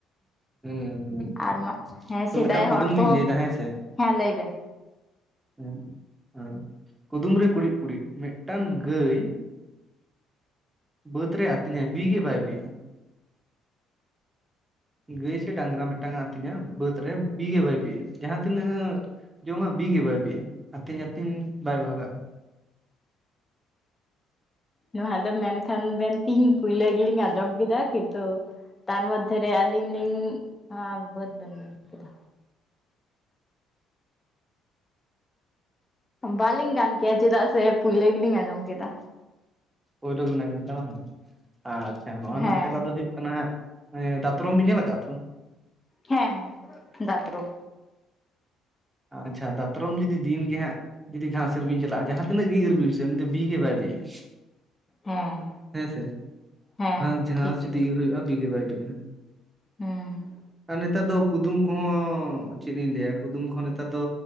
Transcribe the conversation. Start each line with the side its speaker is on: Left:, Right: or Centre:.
Right: ᱦᱩᱸ ᱦᱩᱸ ᱦᱩᱸ
Left: ᱟᱨ ᱢᱟ ᱦᱮᱸ,
Right: ᱛᱚ
Left: ᱥᱮᱫᱟᱭ
Right: ᱢᱤᱫᱴᱟᱝ
Left: ᱦᱚᱲ
Right: ᱠᱩᱫᱩᱢ
Left: ᱠᱚᱦᱚᱸ,
Right: ᱞᱤᱧ ᱞᱟᱹᱭᱫᱟ ᱦᱮᱸ ᱥᱮ
Left: ᱦᱮᱸ ᱞᱟᱹᱭ ᱵᱮᱱ?
Right: ᱦᱮᱸ᱾ ᱦᱮᱸ, ᱠᱩᱫᱩᱢ ᱨᱮ ᱠᱩᱲᱤᱫ ᱠᱩᱲᱤᱫ ᱢᱤᱫᱴᱟᱝ ᱜᱟᱹᱭᱼᱼ ᱵᱟᱹᱫᱽ ᱨᱮ ᱟᱹᱛᱤᱧᱟᱭ ᱵᱤᱜᱮ ᱵᱟᱭ ᱵᱤᱜᱼᱟ᱾ ᱜᱟᱹᱭ ᱥᱮ ᱰᱟᱝᱨᱟ ᱢᱤᱫᱴᱟᱝ ᱮ ᱟᱛᱤᱧᱼᱟ ᱵᱟᱹᱫᱽ ᱨᱮ ᱵᱤ ᱜᱮ ᱵᱟᱭ ᱵᱤᱜᱼᱟ ᱡᱟᱦᱟᱸ ᱛᱤᱱᱟᱹᱜᱼᱼ ᱡᱚᱢᱟᱜ ᱵᱤᱜᱮ ᱵᱟᱭ ᱵᱤᱜᱼᱟ ᱟᱹᱛᱤᱧ ᱟᱹᱛᱤᱧ ᱵᱟᱭ ᱵᱷᱟᱜᱟᱜᱼᱟ᱾
Left: ᱱᱚᱣᱟ ᱫᱚ ᱢᱮᱱᱠᱷᱟᱱ ᱵᱮᱱ ᱛᱤᱦᱤᱧ ᱯᱩᱭᱞᱟᱸ ᱜᱮᱞᱤᱧ ᱟᱸᱡᱚᱢ ᱠᱮᱫᱟ ᱠᱤᱱᱛᱩᱼᱼ ᱛᱟᱨ ᱢᱚᱫᱽᱫᱷᱮᱨᱮ ᱟᱹᱞᱤᱧ ᱞᱤᱧ ᱵᱟᱹᱫᱽ ᱵᱮᱱ ᱢᱮᱱ ᱠᱮᱫᱟ᱾ ᱵᱟᱞᱤᱧ ᱜᱟᱱ ᱠᱮᱭᱟ ᱪᱮᱫᱟᱜ ᱥᱮ ᱯᱩᱭᱞᱟᱹ ᱜᱮᱞᱤᱧ ᱟᱸᱡᱚᱢ ᱠᱮᱫᱟ᱾
Right: ᱯᱳᱭᱞᱳ ᱵᱤᱱ ᱟᱸᱡᱚᱢ ᱠᱮᱫᱟ ᱵᱟᱝ ᱟᱪᱪᱷᱟ ᱱᱚᱣᱟ ᱨᱮᱱᱟᱜ
Left: ᱦᱮᱸ
Right: ᱛᱮᱞᱟ ᱫᱚ ᱦᱩᱭᱩᱜ ᱼᱼ ᱠᱟᱱᱟ ᱦᱟᱸᱜ ᱫᱟᱛᱨᱚᱢ ᱵᱤᱱ ᱧᱮᱞ ᱟᱠᱟᱜᱼᱟ ᱛᱚ?
Left: ᱦᱮᱸ ᱦᱮᱸ ᱫᱟᱛᱨᱚᱢ᱾
Right: ᱟᱪᱪᱷᱟ ᱫᱟᱛᱨᱚᱢ ᱡᱩᱫᱤ ᱫᱤᱱ ᱜᱮ ᱦᱟᱸᱜᱼᱼ ᱡᱩᱫᱤ ᱜᱷᱟᱥ ᱤᱨ ᱵᱤᱱ ᱪᱟᱞᱟᱜᱼᱟ ᱡᱟᱦᱟᱸ ᱛᱤᱱᱟᱹᱜ ᱜᱮ ᱤᱨ ᱵᱤᱱ ᱥᱮ ᱩᱱᱤ ᱵᱤᱜᱮ ᱵᱟᱭ ᱵᱤᱜ-ᱟ᱾
Left: ᱦᱮᱸ
Right: ᱦᱮᱸ ᱥᱮ
Left: ᱦᱮᱸ
Right: ᱵᱟᱝ ᱡᱷᱟᱥ
Left: ᱴᱷᱤᱠ ᱜᱮᱵᱮᱱ
Right: ᱡᱩᱫᱤ ᱤᱨ ᱦᱩᱭᱩᱜᱼᱟ ᱵᱤ ᱜᱮ ᱵᱟᱭ ᱵᱤᱜ-ᱟ᱾
Left: ᱦᱮᱸ᱾
Right: ᱱᱮᱛᱟᱨ ᱫᱚ ᱠᱩᱫᱩᱢ ᱠᱚᱦᱚᱸ ᱪᱮᱫ ᱤᱧ ᱞᱟᱹᱭᱟ ᱠᱩᱫᱩᱢ ᱠᱚᱦᱚᱸ ᱱᱮᱛᱟᱨ ᱫᱚᱼᱼ